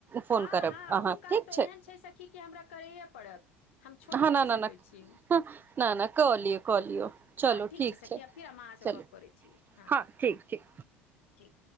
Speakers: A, on the right; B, on the left.
A: फोन
B: हां
A: करब
B: हां,
A: अहाँ
B: उ काज
A: ठीक
B: त एहन छै सखी कि हमरा करैए पड़त। हम छोड़िए
A: हां, न
B: नहि सकैत
A: न न
B: छी
A: न, न न क लियौ क लियौ, चलु
B: हँ
A: ठीक
B: सखी
A: छै
B: आब फेर हम अहाँसँ
A: चलु,
B: गप्प करैत छी हँ
A: हां, ठीक ठीक।
B: ठीक